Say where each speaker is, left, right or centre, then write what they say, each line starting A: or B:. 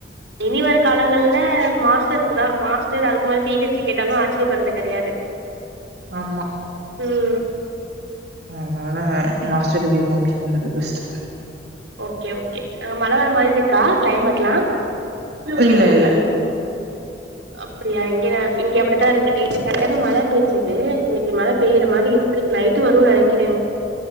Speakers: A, on the right (about 85°); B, on the right (about 65°).
A: இனி வர காலங்கள்ல மாஸ்டருக்குதா மாஸ்டர் அதுக்கு மேல பி ஹெச்சு கேட்டாலு ஆச்சரியப்படுறது கெடையாது
B: ஆமா
A: ம்
B: ஆ அதா மாஸ்டர் டிகிரி கம்ப்ளீட் பண்ணது பெஸ்ட்
A: ஓகே ஓகே அங்க மழ வர மாதிரி இருக்கா க்ளைமேட்லா
B: இல்ல இல்ல
A: அப்டியா இங்க இங்க அப்டித்தா இருக்கு நேத்து சரியான மழ பெஞ்சது இன்னைக்கு மழ பெய்ற மாரி இருக்கு நைட் வருன்னு நெனைக்கிறே